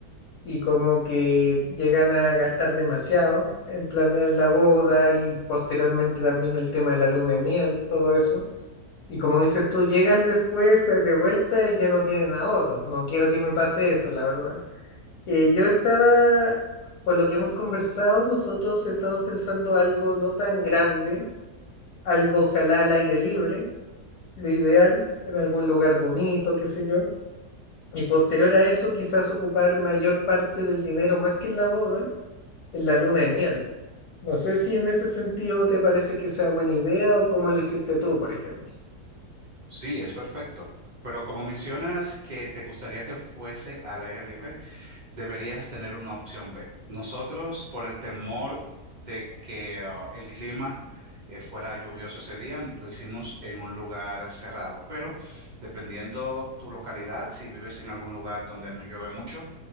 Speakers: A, on the left; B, on the right.
A: y como que llegan a gastar demasiado en planear la boda y posteriormente también el tema de la luna de miel, todo eso. Y como dices tú, llegan después eh, de vuelta y ya no tienen ahorros. No quiero que me pase eso, la verdad. Eh, yo estaba, por lo que hemos conversado, nosotros estamos pensando algo no tan grande, algo ojalá al aire libre, lo ideal, en algún lugar bonito, qué sé yo. Y posterior a eso, quizás ocupar mayor parte del dinero, más que en la boda, en la luna de miel. No sé si en ese sentido te parece que sea buena idea o cómo lo hiciste tú, por ejemplo.
B: Sí, es perfecto. Pero como mencionas que te gustaría que fuese al aire libre, deberías tener una opción B. Nosotros, por el temor de que ah, el clima eh, fuera lluvioso ese día, lo hicimos en un lugar cerrado, pero dependiendo tu localidad, si vives en algún lugar donde no llueve mucho,